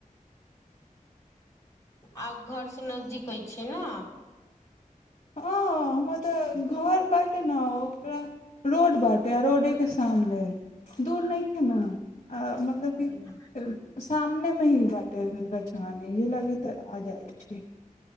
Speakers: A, on the left; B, on the left.
A: आव घर से नजदीक अछि न
B: हँ हमर तऽ घर बाटे न ओकरा रोड बाटै आ रोडेके सामने दूर नइखे नु अ मतलब
A: हूँ
B: की सामने मे ही बाटे गछ ह य लागे तऽ आ जाय छ